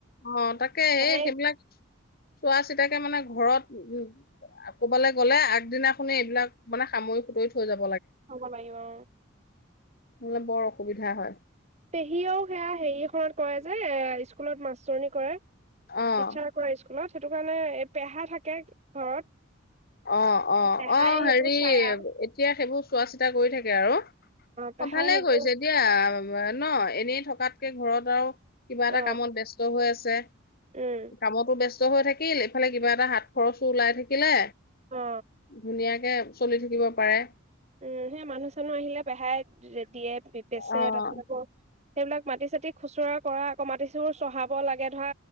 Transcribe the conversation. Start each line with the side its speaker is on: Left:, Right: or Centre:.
Left: অ তাকে
Right: মানে
Left: এই সেইবিলাক চোৱা চিতাকে মানে ঘৰত উ কবালৈ গলে আগদিনাখনে এইবিলাক মানে সামৰি সুতৰি থৈ যাব
Right: থব লাগিব অ।
Left: হলে বৰ অসুবিধা হয়।
Right: পেহীয়েও সেয়া হেৰি এখনত কৰে যে এ স্কুলত মাষ্টৰণী কৰে। টিচাৰ
Left: অ
Right: কৰে স্কুলত, সেইটো কাৰণে এই পেহা থাকে ঘৰত।
Left: অ, অ,
Right: পেহাই
Left: অ
Right: সেইবোৰ
Left: হেৰি
Right: চাই আৰু
Left: এতিয়া সেইবোৰ চোৱা চিতা কৰি থাকে আৰু। অ
Right: পেহাই
Left: ভালে
Right: সেইবোৰ
Left: কৰিছে দিয়া ন এনেই থকাতকে ঘৰত আৰু কিবা এটা
Right: অ
Left: কামত ব্যস্ত হৈ আছে। ছে।
Right: উম
Left: কামতো ব্যস্ত স্ত হৈ থাকিল, এইফালে কিবা এটা হাত খৰচো ওলাই থাকিলে।
Right: অ
Left: ধুনীয়া কে চলি থাকিব পাৰে।
Right: উম, সেই মানুহ-চানুহ আহিলে পেহাই যে দিয়ে। এই পেছে
Left: অ',
Right: তাৰপিছত আকৌ সেইবিলাক মাটি-চাটি খুচুৰা কৰা আকৌ মাটি চোৰ চহাব লাগে ধৰা